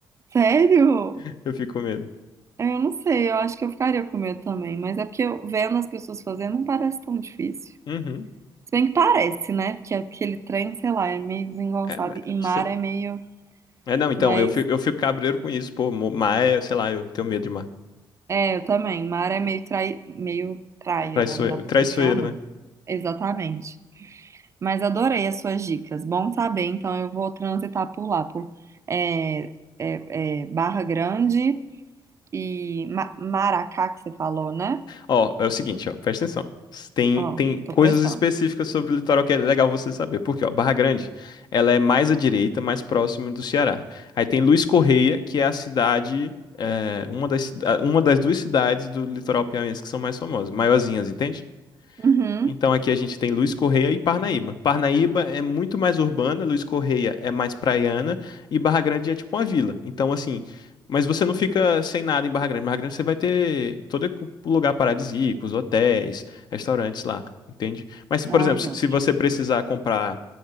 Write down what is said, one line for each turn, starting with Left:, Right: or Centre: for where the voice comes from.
Right: Sério?
Left: <laughs> Eu fico com medo.
Right: É, Eu não sei, eu acho que eu ficaria com medo também, mas é porque eu, vendo as pessoas fazendo não parece tão difícil.
Left: Uhum.
Right: Se bem que parece, né? Porque aquele trem, sei lá, é meio desengonçado
Left: É, mas
Right: e mar
Left: você-
Right: é meio,
Left: é, não, então,
Right: mas
Left: eu fico, eu fico cabreiro com isso, pô, mo- mas, sei lá, eu tenho medo de mar.
Right: é, eu também, mar é meio trai, meio praia,
Left: Traiçoeiro,
Right: né? Não dá pra
Left: traiçoeiro,
Right: confiar muito.
Left: né?
Right: Exatamente. Mas adorei as suas dicas. Bom saber, então eu vou transitar por lá, por é, é, é, Barra Grande e Ma- Maracá que você falou, né?
Left: Ó, é o seguinte, ó, presta atenção. Tem,
Right: Ó,
Left: tem
Right: tô
Left: coisas
Right: prestando.
Left: específicas sobre o litoral que é legal você saber. Porque, ó, Barra Grande, ela é mais à direita, mais próxima do Ceará. Aí tem Luiz Correia, que é a cidade, é, uma das, uma das duas cidades do litoral piauiense que são mais famosas, maiorzinhas, entende?
Right: Uhum.
Left: Então aqui a gente tem Luiz Correia e Parnaíba. Parnaíba é muito mais urbana, Luiz Correia é mais praiana e Barra Grande é tipo uma vila. Então assim, mas você não fica sem nada em Barra Grande. Barra Grande você vai ter todo o lugar paradisíaco, os hotéis, restaurantes lá, entende? Mas se,
Right: Ai,
Left: por exemplo, se
Right: ótimo.
Left: se você precisar comprar